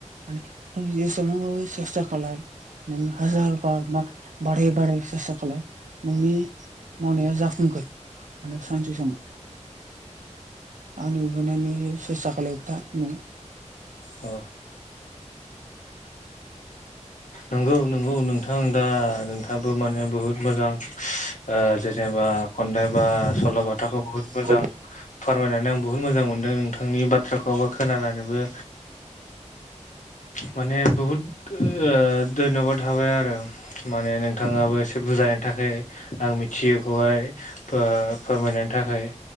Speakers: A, on the right; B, on the left.
A: माने नों जेसेबांबाबो सेस्था खालाय। हाजार बार ना बारे बारे सेस्था खालाय। नोंनि मावनाया जाफुंगोन। माने सानसे समाव आंनि उबैनानै सेस्था खालबाय था। नै।
B: अ। नंगौ नंगौ नोंथां दा नोंथाङाबो माने बहुत मोजां। ओ जेनेबा खननाय बा सल'बाथाखौ बुहुत
A: दा
B: मोजां फोरमायनानै आं। बुहुत मोजां मोनदों नोंथांनि बाथ्राखौबो खोनानानैबो। माने बहुद ओ धन्यबाद थाबाय आरो। माने नोंथाङाबो एसे बुजायनो थाखाय आं मिथियैखौहाय ओ फोरमायनाय। बेनि थाखाय।